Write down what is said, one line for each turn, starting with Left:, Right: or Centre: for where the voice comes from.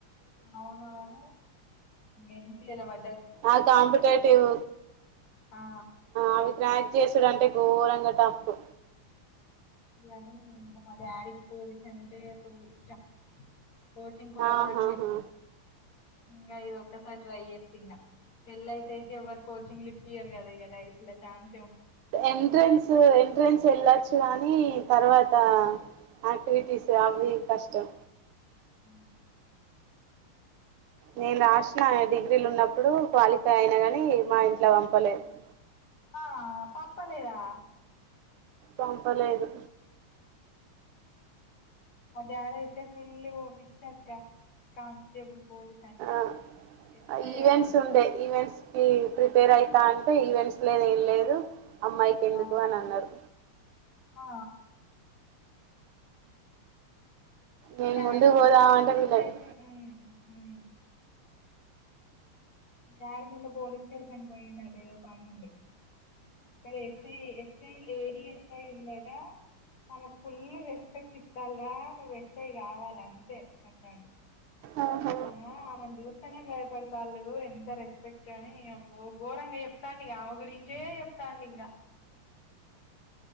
Left: అవును వేర ఎంసిఏల మ
Right: ఆ కాంపిటేటివ్
Left: ఆ
Right: అవి చేసుడు అంటే ఘోరంగా తప్పు
Left: కాని మా డాడీకి పోలీస్ అంటే ఫుల్ ఇష్టం కోచింగ్ పోవడం
Right: ఆహాహా
Left: ఇంగ ఇది ఒక్కసారి ట్రై చెప్ ఇంగ పెళ్లి అయితే అయితే ఎవ్వరు కోచింగ్ లిప్ ఇయ్యరు కద నైలా చాన్
Right: ఎంట్రెన్స్ ఎంట్రెన్స్ వెళ్ళొచ్చు కానీ తర్వాత
Left: ఆ
Right: ఆక్టివిటీస్ అవి ఇవి కష్టం
Left: హ
Right: నేను రాసిన డిగ్రీలు ఉన్నప్పుడు క్వాలిఫై అయిన గాని మా ఇంట్లో పంపలేదు
Left: అవునా
Right: మా
Left: ఆ పంపలేదా
Right: పంపలేదు
Left: మా డాడ్ అయితే ఫుల్ బిచ్చాక్క కాన్స్టేబుల్ పోలీస్ అంటే
Right: ఆ
Left: ఎస్సై
Right: ఈవెంట్స్ ఉండే ఈవెంట్స్ ప్రిపేర్ అయితా అంటే ఈవెంట్స్ లేదు ఏం లేదు అమ్మాయికి ఎందుకు
Left: వామ్మో
Right: అని అన్నారు
Left: ఆ
Right: నేను
Left: డాడీ
Right: ముందుకు
Left: మొన్న
Right: పోదామంటే
Left: పోలీస్
Right: వీళ్ళకి
Left: స్టేషన్ ఉ ఉ మా డాడీ మొన్న పోలీస్ స్టేషన్ పోయిండు అట అదో పనుండి అక్కడ ఎస్ఐ ఎస్ఐ లేడీ ఎస్ఐ ఉందాటా ఆమెకు ఫుల్ రెస్పెక్ట్ ఇస్తాలరా నువ్వు ఎస్సై కావాలని
Right: ఆహా
Left: బా ఆమెను చూస్తనే భయపడుతు వాళ్ళ ఎంత రెస్పెక్ట్ అని ఘోరంగా చెప్తాండి ఆమె గురించే చెప్ తాండూ ఇగా